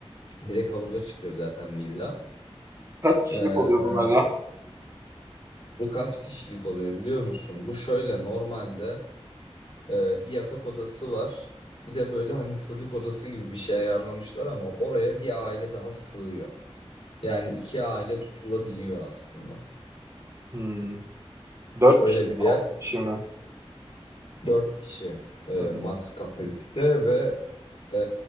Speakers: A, on the left (about 60°); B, on the right (about 30°).
A: direkt havuza çıkıyor zaten villa.
B: Kaç kişilik
A: Ee,
B: oluyor bunlar ya?
A: bu kaç kişilik oluyor biliyor musun? Bu şöyle normalde e, bir yatak odası var. Bir de böyle hani çocuk odası gibi bir şey ayarlamışlar ama oraya bir aile daha sığıyor. Yani iki aile tutulabiliyor aslında.
B: Hmm. Dört
A: Öyle bir yer.
B: kişi mi?
A: Dört kişi e,
B: Hmm.
A: max kapasite ve e,